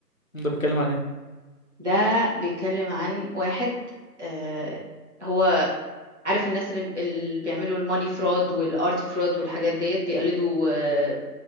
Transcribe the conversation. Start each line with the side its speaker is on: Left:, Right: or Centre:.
Left: ده بيتكلم عن ايه
Right: ده بيتكلم عن واحد آه هو عارف الناس اللي اللي بيعملوا الماني فراد والارت فراد والحاجات ديت بيقلدوا آه